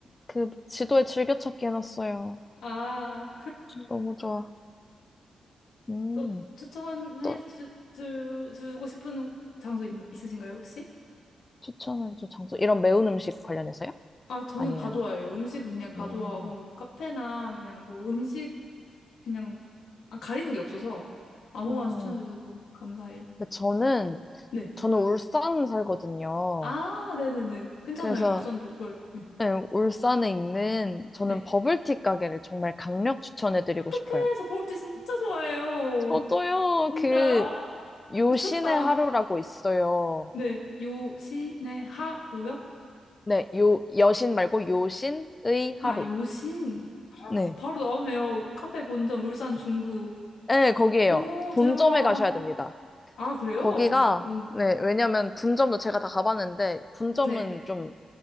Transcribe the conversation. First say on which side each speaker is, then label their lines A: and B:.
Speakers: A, on the left; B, on the left.
A: 그 지도에 즐겨찾기 해놨어요.
B: 아네
A: 너무 좋아. 음,
B: 또 추천해
A: 또
B: 주, 주, 주고 싶은 장소 있, 있으신가요 혹시?
A: 추천해줄 장소. 이런 매운 음식 관련해서요?
B: 아, 저는
A: 아니면,
B: 다 좋아해요. 음식은 그냥 다
A: 음,
B: 좋아하고, 뭐, 카페나 그냥 뭐, 음식 그냥, 아, 가리는 게 없어서 아무거나
A: 음.
B: 추천해 주셔도 감사히.
A: 근데 저는,
B: 네.
A: 저는 울산 살거든요.
B: 아, 네네네. 괜찮아요.
A: 그래서,
B: 울산도 좋아요. 네.
A: 네, 울산에 있는, 저는
B: 네.
A: 버블티 가게를 정말 강력 추천해드리고
B: 어떡해.
A: 싶어요.
B: 저 버블티 진짜 좋아해요.
A: 저도요,
B: 진짜요?
A: 그, 요신의
B: 미쳤다.
A: 하루라고 있어요.
B: 네. 요신의 하루요?
A: 네, 요, 여신 말고 요신의
B: 아,
A: 하루.
B: 요신.
A: 네.
B: 바로 나오네요. 카페 본점 울산 중구.
A: 네, 거기에요.
B: 오,
A: 본점에
B: 대박.
A: 가셔야 됩니다.
B: 아, 그래요?
A: 거기가,
B: 응.
A: 네, 왜냐면 분점도 제가 다 가봤는데, 분점은
B: 네.
A: 좀